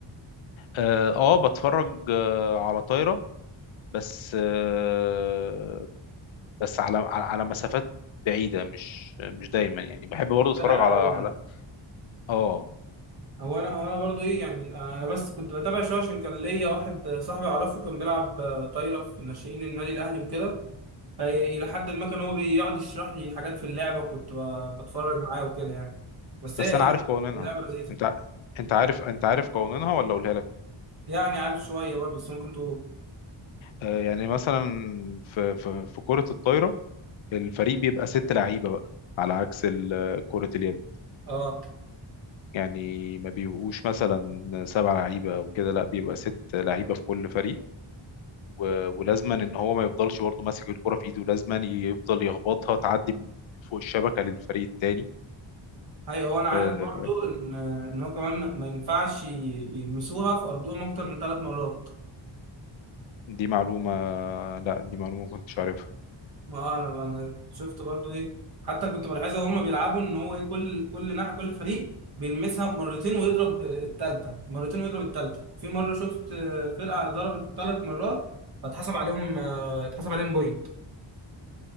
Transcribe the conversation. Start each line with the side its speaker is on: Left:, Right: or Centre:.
Left: اه آه، بتفرج آه، على طايرة بس آه، بس على على على مسافات بعيدة مش مش دايما يعني بحب برضه اتفرج
Right: طلع
Left: على
Right: قوي
Left: على
Right: يعني
Left: اه
Right: هو انا هو انا برضو ايه يعني انا بس كنت بتابع شويه عشان كان ليا واحد صاحبي اعرفه كان بيلعب آه، طايره في ناشئين النادي الاهلي وكده فإيه الى حد ما كان هو بيقعد يشرح لي حاجات في اللعبه كنت ب- بتفرج معاه وكده يعني بس
Left: بس
Right: هي
Left: انا
Right: الى
Left: عارف
Right: حد
Left: قوانينها
Right: اللعبه لذيذه
Left: انت ع- انت عارف انت عارف قوانينها ولا اقولها لك
Right: يعني عارف شويه برضو بس ممكن تقول
Left: آه، يعني مثلا في في في كرة الطايرة الفريق بيبقى ست لعيبة بقى على عكس ال- كرة اليد
Right: اه
Left: يعني ما بيبقوش مثلا سبع لعيبة أو كده لا بيبقى ست لعيبة في كل فريق و- ولازما إن هو ما يفضلش برضه ماسك الكرة في إيده لازما يفضل يخبطها تعدي من فوق الشبكة للفريق التاني
Right: ايوه هو انا عارف
Left: آه،
Right: برضو ان ان هو كمان ما ما ينفعش ي- يلمسوها في ارضهم اكتر من ثلاث مرات
Left: دي معلومة لا دي معلومة ما كنتش عارفها
Right: ما هو انا انا شفت برضو ايه حتى كنت بلاحظها وهم بيلعبوا ان هو ايه كل كل ناحيه كل فريق بيلمسها مرتين ويضرب الثالثه مرتين ويضرب الثالثه في مره شفت آه، فرقه ضربت ثلاث مرات فاتحسب عليهم آه، اتحسب عليهم بوينت